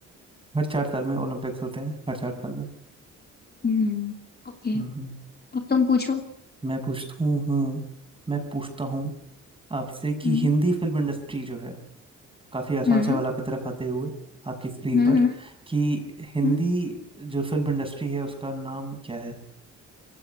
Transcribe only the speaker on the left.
हम्म ओके
अब तुम पूछो
हम्म
हम्म
हम्म
हम्म,